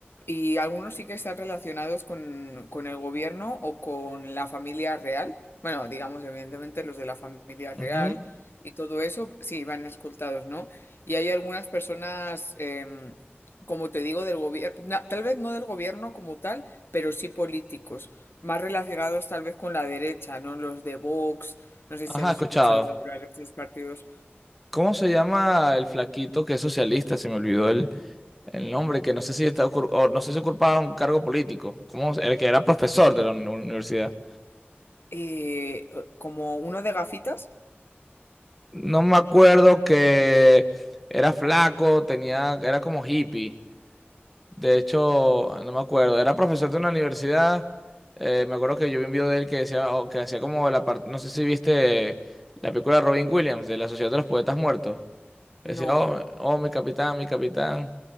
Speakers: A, on the left (about 65°); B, in the centre.
A: y algunos sí que están relacionados con, con el gobierno o con la familia real. Bueno, digamos, evidentemente los de la familia real
B: Ujú.
A: y todo eso, sí, van escoltados, ¿no? Y hay algunas personas, em, como te digo, del gobierno, tal vez no del gobierno como tal, pero sí políticos, más relacionados tal vez con la derecha, ¿no? Los de Vox, no sé
B: Ajá,
A: si has escuchado
B: escuchado.
A: hablar de estos partidos.
B: ¿Cómo se llama el flaquito que es socialista? Se me olvidó el, el nombre, que no sé si está ocur- o no sé si ocupaba un cargo político. ¿Cómo? El que era profesor de la uni- universidad.
A: Eh, eh, como uno de gafitas,
B: No me acuerdo que era flaco, tenía, era como hippie. De hecho, no me acuerdo, era profesor de una universidad. eh, me acuerdo que yo vi un video de él que decía, o que hacía como la parte, no sé si viste la película de Robin Williams, de la Sociedad de los Poetas Muertos. Decía,
A: no,
B: oh, oh, mi capitán, mi capitán.